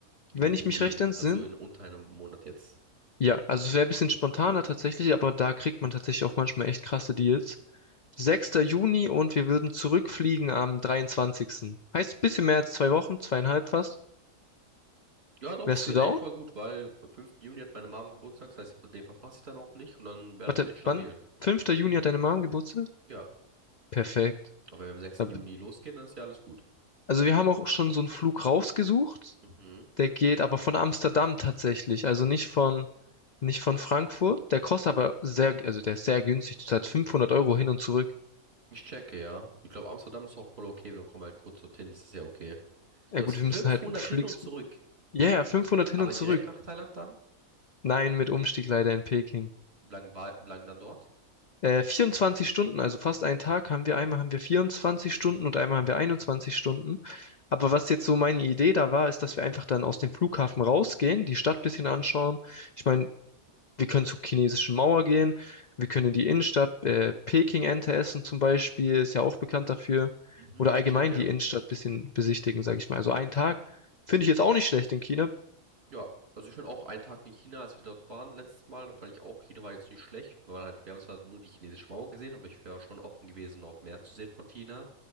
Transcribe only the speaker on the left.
Wenn
ich mich recht entsinne,
ja, also es wäre ein bisschen spontaner tatsächlich, aber da kriegt man tatsächlich auch manchmal echt krasse Deals. Sechster Juni und wir würden zurückfliegen am 23. Heißt ein bisschen mehr als zwei Wochen, zweieinhalb fast.
Wärst
du down?
Warte,
wann? Fünfter Juni hat deine Mom Geburtstag?
Perfekt.
Ab-
Also wir haben auch schon so einen Flug rausgesucht.
Der geht aber von Amsterdam tatsächlich, also nicht von, nicht von Frankfurt. Der kostet aber sehr, also der ist sehr günstig. Du zahlst 500 Euro hin und zurück.
Ja
gut,
wir müssen
halt fliegen.
Ja, ja, 500 hin
und zurück.
Nein, mit Umstieg leider in Peking.
Äh, 24 Stunden, also fast einen Tag haben wir, einmal haben wir 24 Stunden und einmal haben wir 21 Stunden. Aber was jetzt so meine Idee da war, ist, dass wir einfach dann aus dem Flughafen rausgehen, die Stadt ein bisschen anschauen. Ich meine, wir können zur chinesischen Mauer gehen, wir können in die Innenstadt, äh, Peking Ente essen zum Beispiel, ist ja auch bekannt dafür.
Oder
allgemein
die Innenstadt ein bisschen besichtigen, sage ich mal. Also einen Tag finde ich jetzt auch nicht schlecht in China.